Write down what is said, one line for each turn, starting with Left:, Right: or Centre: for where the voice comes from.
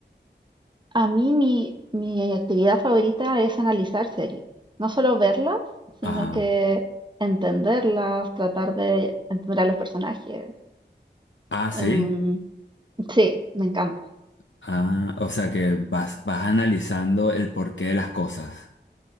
Right: A mí mi, mi actividad favorita es analizar series. No solo verlas, sino
Left: Ajá.
Right: que entenderlas, tratar de entender a los personajes.
Left: Ah, sí.
Right: Em, sí, me encanta.
Left: Ah, o sea que vas, vas analizando el porqué de las cosas.